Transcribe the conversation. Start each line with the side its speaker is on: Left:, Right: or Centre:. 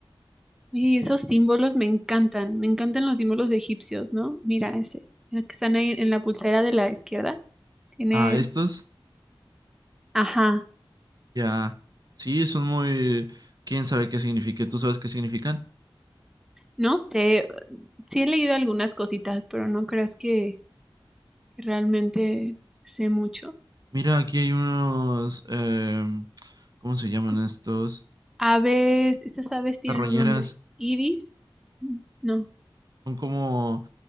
Centre: oye, esos símbolos me encantan, me encantan los símbolos egipcios, ¿no? Mira ese, el que están ahí en la pulsera de la izquierda, tiene...
Right: Ah, estos
Centre: Ajá,
Right: ya, sí, son muy, quién sabe qué signifique, ¿tú sabes qué significan?
Centre: no sé, sí he leído algunas cositas, pero no creas que, que realmente sé mucho.
Right: Mira, aquí hay unos, em, ¿cómo se llaman
Centre: Co-
Right: estos?
Centre: Aves, estas aves tienen
Right: Carroñeras
Centre: un nombre. Ibis, Mm, no,
Right: son como